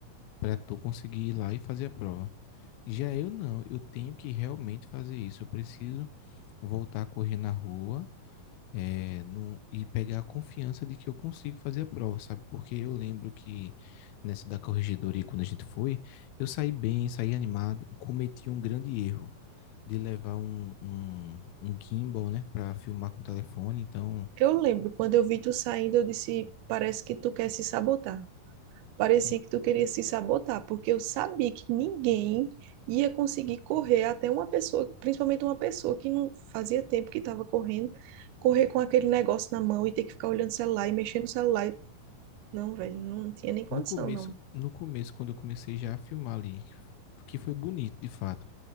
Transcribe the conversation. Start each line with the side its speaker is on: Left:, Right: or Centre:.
Left: para tu conseguir ir lá e fazer a prova. Já eu não, eu tenho que realmente fazer isso. Eu preciso voltar a correr na rua é, não- e pegar a confiança de que eu consigo fazer a prova, sabe? Porque eu lembro que nessa da corregedoria, quando a gente foi, eu saí bem, saí animado, cometi um grande erro de levar um, um, um gimbal, né, para filmar com o telefone. Então,
Right: Eu lembro, quando eu vi tu saindo, eu disse, parece que tu quer se sabotar. Parecia
Left: <laughs>
Right: que tu queria se sabotar, porque eu sabia que ninguém ia conseguir correr até uma pessoa, principalmente uma pessoa que não fazia tempo que estava correndo, correr com aquele negócio na mão e ter que ficar olhando o celular e mexendo no celular. e- Não, velho, não tinha nem condição,
Left: no começo,
Right: não.
Left: no começo, quando eu comecei já a filmar ali, que foi bonito, de fato.